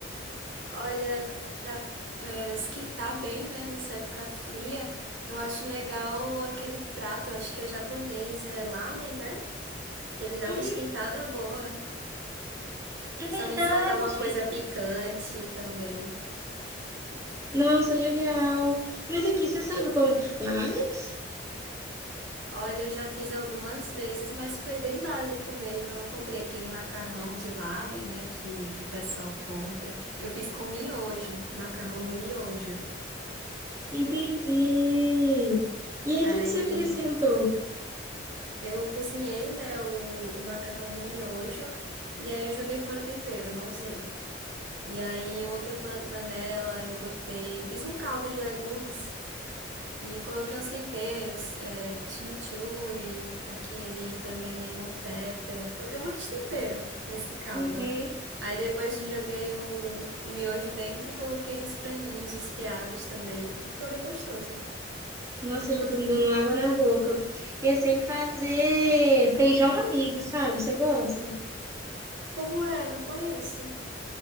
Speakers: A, on the right; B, on the right.
A: olha, pra é, esquentar bem, né, nessa época fria, eu acho legal aquele prato, eu acho que é japonês, é lamen, né? Que ele dá
B: Hum,
A: uma esquentada boa.
B: é
A: Somente
B: verdade.
A: se botar alguma coisa picante também.
B: Nossa, legal. Mas aqui, você sabe como é que faz?
A: Olha, eu já fiz algumas vezes, mas foi bem básico mesmo. Eu não comprei aquele macarrão de lamen, né, que, que o pessoal compra. Eu fiz com miojo, macarrão do miojo.
B: Entendi. E aí,
A: Aí
B: o que que você acrescentou?
A: eu cozinhei, né, o, o macarrão do miojo e aí eu joguei fora o tempero, não usei. E aí em outra pan- panela eu botei, fiz um caldo de legumes. E coloquei uns temperos, é, chimichurri, aquele também lemon pepper. Botei um monte de tempero nesse caldo.
B: Uhum.
A: Aí depois eu joguei o, o miojo dentro e coloquei uns franguinhos desfiados também. Aí ficou bem gostoso.
B: Nossa, já tá me dando água na boca. Pensei em fazer feijão amigo, sabe? Você gosta?
A: Como é? Não conheço.